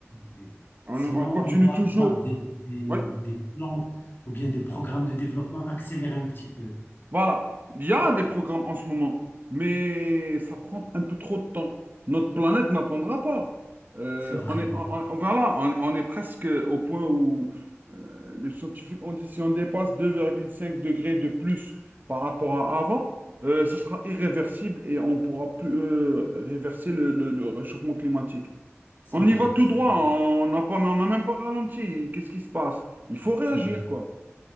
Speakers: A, on the left (about 45°); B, on the right (about 40°).
A: oui.
B: On,
A: Sinon,
B: on continue
A: on doit
B: toujours.
A: avoir des, des, des
B: Oui.
A: plans ou bien des programmes de développement accélérés un petit peu.
B: Voilà, il y a des programmes en ce moment, mais ça prend un peu trop de temps. Notre planète n'attendra pas. Euh,
A: C'est vrai.
B: on est, on- on- voilà, on, on est presque au point où euh, les scientifiques ont dit si on dépasse 2,5 degrés de plus par rapport à avant, euh, ça sera irréversible et on pourra plus euh, réverser le, le- le réchauffement climatique.
A: C'est
B: On
A: vrai,
B: y va tout
A: c'est
B: droit, on n'a pas, mais on n'a même pas ralenti. Qu'est-ce qui se passe? Il faut réagir,
A: c'est vrai.
B: quoi.